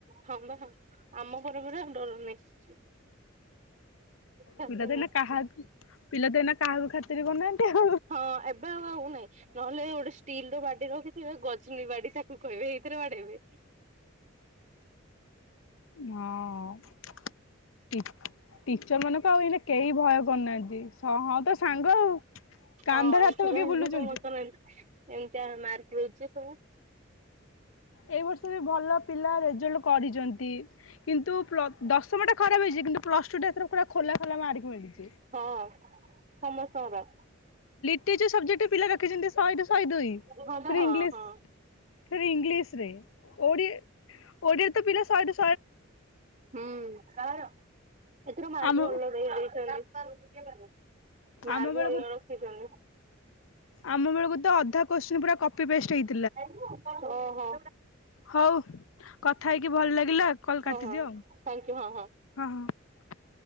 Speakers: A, on the right (about 40°); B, on the left (about 80°).
A: ହଁ ବରା ହଁ ଆମ ଘର ପରା ଆଉ ଡର ନାହିଁ। ଛାତି
B: ପିଲା ଦିନେ
A: ନାହିଁ
B: କାହା ପିଲା ଦିନେ କାହାକୁ ଖାତ୍ ଖାତିର କରୁନାହାନ୍ତି ଆଉ।
A: ହଁ ଏବେ ଆଉ ଆଉ ନାଇଁ ନହେଲେ ଗୋଟେ ଷ୍ଟିଲ ର ବାଡି ରଖି ଇଏ ଗଝଲି ବାଡିଟା କୁ କହିବେଏଇଥିରେ ବାଡ଼େଇବେ।
B: ହଁ ଟି ଟିଚର ମାନଙ୍କୁ ଆଉ ଏଇନା କେହି ଭୟ କରୁନାହାନ୍ତି। ଯେ ହଁ ତ ସାଙ୍ଗ ଆଉ।
A: ହଁ
B: କାନ୍ଧରେ
A: ଆଠାଇ
B: ହାତ ପକେଇ ବୁଲୁଛନ୍ତି।
A: ସମସ୍ତ <unintelligible> ଏମତଆ ମାର୍କ ମିଳିଛି ସବୁ।
B: ଏଇ ବର୍ଷ ବି ଭଲ ପିଲା ରେଜଲ୍ଟ କରିଛନ୍ତି। ଇ କିନ୍ତୁ ପ୍ଲ ଦଶ ସମୟଟା ଖରାପ ହେଇଛି। କିନ୍ତୁ ପ୍ଲସ ଟୁ ଟା ଏଥରେ ପୁରା ଖୋଲା ଖୋଲା ମାରି <inaudible>
A: ହଁ ସମସ୍ତଙ୍କର।
B: ଲିଟେରଚର୍ ର୍ସବଜେକ୍ଟରେ ପିଲା ରଖିଛନ୍ତି ଶହେରୁ ଶହେ। ସହେଦୁଇ
A: ହଁ ବା
B: ଫେର୍
A: ହଁ
B: ଇଂଲସ
A: ହଁ।
B: ଫେରେ ଇଂଲସ ରେ ଓଡି ଓଡ଼ିଆରେ ତ ପିଲା ସ
A: ହୁଁ। କାହାର? ଏଥର ମାାର୍କ୍ଣ
B: ଆମ
A: ଭଲ ହଲ। ମାର୍
B: ଆମ
A: ଭଲ
B: ବେଳକୁ
A: ରଖିଛନି
B: ଆମ ବେଳକୁ ତ ଅଧା କୋଶି ପୁରା କପି ପେଷ୍ଟ ହେଇ
A: <unintelligible> ଓହୋ।
B: ହଉ କଥା ହେଇକି ଭଲ ଲାଗିଲା କଲ
A: ହଁ
B: କାଟିଦିଅ
A: ହଁ
B: ଆଉ
A: ଥ୍ୟାଙ୍କୟୁ ହଁ
B: ହଁ ହଁ।